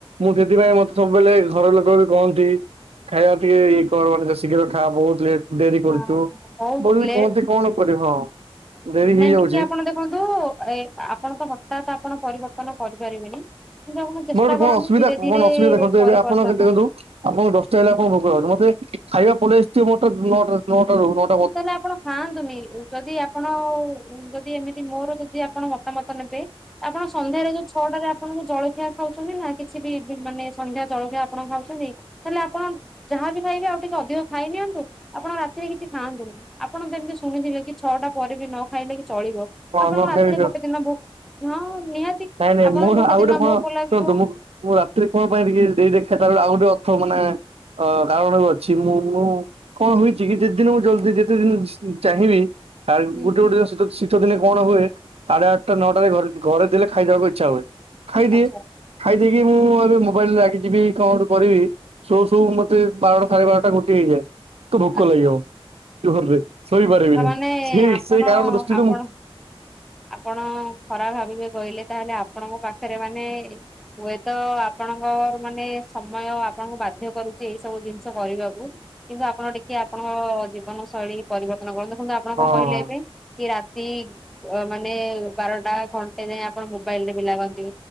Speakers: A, on the right; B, in the centre.
A: ମୁଁ ସେଥିପାଇଁ ମତେ ସବୁବେଳେ ଘର ଲୋକ ବି କହନ୍ତି ଖାଇବା ଟିକେ ଇଏ କର ମାନେ ଶୀଘ୍ର ଖାଆ, ବହୁତ ଲେଟ୍ ଡେରି
B: ହଁ
A: କରୁଛୁ
B: ବହୁତ
A: ବୋଲି
B: ଲେଟ
A: କୁହନ୍ତି କଣ କରିବୁ? ହଁ, ଡେରି ହେଇଯାଉଛି।
B: ନାଇଁ ଟିକେ ଆପଣ ଦେଖନ୍ତୁ, ଏ ଆପଣ ତ ହଠାତ୍ ଆପଣ ପରିବର୍ତ୍ତନ କରିପାରିବେନି, କିନ୍ତୁ ଆପଣ ଚେଷ୍ଟା
A: ମୋର କଣ
B: କରନ୍ତୁ
A: ଅସବିଧା
B: ଧୀରେ
A: କଣ
B: ଧୀରେ
A: ଅସୁବିଧା ଦେଖନ୍ତୁ,
B: ପରିବର୍ତ୍ତନ
A: ଏବେ ଆପଣ ଦେଖନ୍ତୁ ଆପଣଙ୍କୁ ଦଶଟା ହେଲେ ଆପଣ ଭୋକ ଲାଗୁଛି। ମତେ ଖାଇବା ପରେ ମୋତେ ନଅଟା -ନଅଟା- ନଅ
B: ତାହେଲେ ଆପଣ ଖାଆନ୍ତୁନି, ଯଦି ଆପଣ ଯଦି ଏମିତି ମୋର ଯଦି ଆପଣ ମତାମତ ନେବେ ଆପଣ ସନ୍ଧ୍ୟାରେ ଯୋଉ ଛଅଟାରେ ଆପଣ ଜଳଖିଆ ଖାଉଛନ୍ତି ନା କିଛି ବି ମାନେ ସନ୍ଧ୍ୟା ଜଳଖିଆ ଆପଣ ଖାଉଛନ୍ତି। ତାହେଲେ ଆପଣ ଯାହା ବିି ଖାଇବେ ଆଉ ଟିକେ ଅଧିକ ଖାଇ ନିଅନ୍ତୁ। ଆପଣ ରାତିରେ କିଛି ଖାଆନ୍ତୁନି। ଆପଣ ଯେମିତି ଶୁଣିଥିବେ କି ଛଅଟା ପରେ ବି ନ ଖାଇଲେ କି ଚଳିବ।
A: ହଁ
B: ଆପଣଙ୍କ
A: ନ
B: ରାତିରେ
A: ଖାଇ
B: ଗୋଟେ ଦିନ ଭୋକ ହଁ ନିହାତି
A: ନାଇଁ, ନାଇଁ
B: ଆପଣଙ୍କୁ
A: ମୋର ଆଉ ଗୋଟେ
B: ଦିନ
A: କଣ
B: ଭୋକ ଲାଗିବ
A: ଶୁଣନ୍ତୁ ମୁଁ ମୁଁ ରାତିରେ କଣ ପାଇଁ ଟିକେ ଦେଇ ଦେଖ ତା ଆଉ ଗୋଟେ ଅର୍ଥ ମାନେ କାରଣ ବି ଅଛି ମୁଁ, ମୁଁ କଣ ହେଇଛି କି ଯେତେ ଦିନ ମୁ ଜଲଦି ଯେତେ ଦିନ ଚାହିଁବି
B: ହୁଁ
A: ଗୋଟେ ଗୋଟେ ଦିନେ ଶୀତ ଦିନେ କଣ ହୁଏ ସାଢେ ଆଠଟା ନଅଟାରେ ଘରେ ଘରେ ଥିଲେ ଖାଇଦବାକୁ ଇଚ୍ଛା ହୁଏ, ଖାଇଦିଏ,
B: ଆଚ୍ଛା ଆଚ୍ଛା
A: ଖାଇଦେଇକି ମୁଁ ଏବେ ମୋବାଇଲ ରେ ଲାଗି ଯିବି କଣ ଗୋଟେ କରିବି ସୋଉ ସୋଉ ମତେ ବାରଟା ସାଢେ ବାରଟା ଗୋଟେ ହେଇଯାଏ। ତ ଭୋକ
B: ଆଚ୍ଛା
A: ଲାଗିଯିବ ଜୋରରେ, ଶୋଇପାରିବିନି।
B: ତା ମାନେ
A: ସେଇ
B: ଆପଣ
A: ସେଇ କାରଣ ଦୃଷ୍ଟିରୁ
B: ଆପଣ
A: ମୁଁ,
B: ଆପଣ ଖରାପ ଭାବିବେ କହିଲେ ତାହେଲେ ଆପଣଙ୍କ ପାଖରେ ମାନେ ହୁଏତ ଆପଣଙ୍କର ମାନେ ସମୟ ଆପଣଙ୍କୁ ବାଧ୍ୟ କରୁଛି ଏଇ ସବୁ ଜିନିଷ କରିବାକୁ, କିନ୍ତୁ ଆପଣ ଟିକେ ଆପଣଙ୍କ ଜୀବନ ଶୈଳୀ ପରିବର୍ତ୍ତନ କରନ୍ତୁ, ଦେଖନ୍ତୁ ଆପଣ
A: ହଁ
B: କଣ କହିଲେ ଏବେ କି ରାତି ମାନେ ବାରଟା ଘଣ୍ଟେ ଯାଏଁ ଆପଣ ମୋବାଇଲରେ ଦେଖି ଲାଗନ୍ତି।